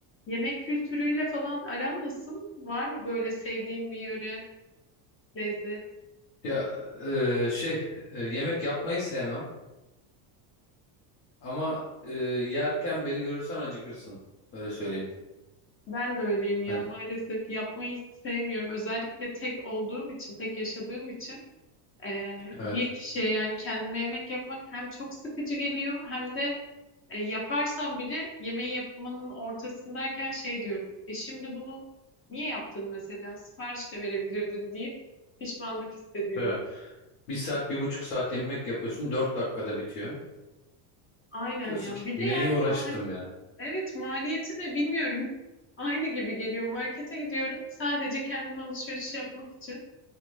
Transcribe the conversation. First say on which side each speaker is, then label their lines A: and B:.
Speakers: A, on the left; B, on the left.
A: Yemek kültürüyle falan aran nasıl? Var mı böyle sevdiğin bir yöre, lezzet?
B: Ya e, şey e, yemek yapmayı sevmem ama e, yerken beni görürsen acıkırsın. Öyle söyleyeyim.
A: Ben de öyleyim ya
B: Hani,
A: maalesef yapmayı hiç sevmiyorum. Özellikle tek olduğum için, tek yaşadığım için eee, bir
B: evet.
A: kişiye yani kendime yemek yapmak hem çok sıkıcı geliyor hem de e, yaparsam bile yemeği yapmanın ortasındayken şey diyorum. E şimdi bunu niye yaptın mesela? Sipariş de verebilirdin deyip pişmanlık hissediyorum.
B: Evet. Bir saat bir buçuk saat yemek yapıyorsun dört dakikada bitiyor.
A: Aynen
B: Diyorsun
A: ya.
B: ki
A: Bir de
B: neye
A: yani
B: uğraştım ya.
A: Evet maliyeti de bilmiyorum. Aynı gibi geliyor. Markete gidiyorum sadece kendime alışveriş yapmak için.